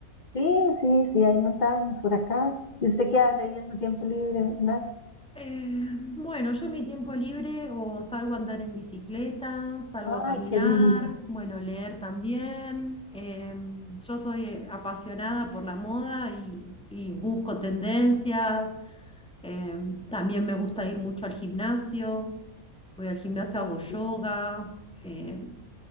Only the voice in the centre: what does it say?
Eh, bueno, yo en mi tiempo libre o salgo a andar en bicicleta, salgo
a caminar,
bueno, leer también. Eh, yo soy apasionada por la moda y, y busco tendencias. Eh, también me gusta ir mucho al gimnasio. Voy al gimnasio,
hago yoga.
eh,